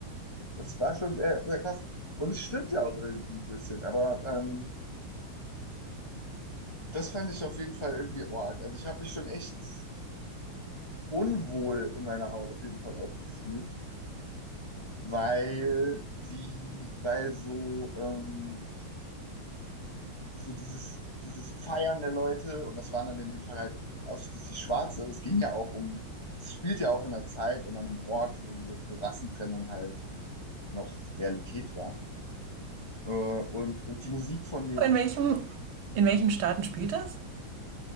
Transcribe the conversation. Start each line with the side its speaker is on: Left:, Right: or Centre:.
Left: das war schon sehr, sehr krass. Und es stimmt ja auch irgendwie ein bisschen, aber ähm, das fand ich auf jeden Fall irgendwie arg. Also ich habe mich schon echt unwohl in meiner Haut auf jeden Fall auch gefühlt, weil die, weil so, ähm, so dieses, dieses Feiern der Leute, und das waren dann in dem Fall halt ausschließlich Schwarze, aber es ging ja auch um, es spielt ja auch in einer Zeit und an einem Ort, wo, wo Rassentrennung halt noch Realität war. Äh, und, und die Musik von den,
Right: In welchem, in welchen Staaten spielt das?